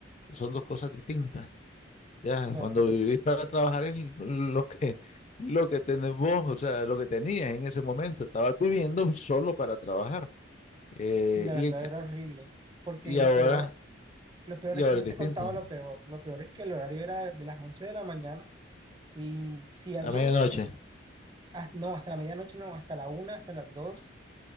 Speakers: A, on the left (about 35°); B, on the right (about 25°).
A: Son dos cosas distintas. Ya,
B: Claro,
A: cuando vivís para trabajar es lo que, lo que tenés vos, o sea, lo que tenías en ese momento. Estabas viviendo solo para trabajar. Eh,
B: sí, la
A: y,
B: verdad era horrible. Porque
A: y
B: lo
A: ahora,
B: peor, lo
A: y
B: peor es
A: ahora
B: que no
A: es distinto.
B: te contaba lo peor. Lo peor es que el horario era de, de las once de la mañana Y si había
A: A medianoche.
B: un clic, ah, no, hasta la medianoche no, hasta la una, hasta las dos,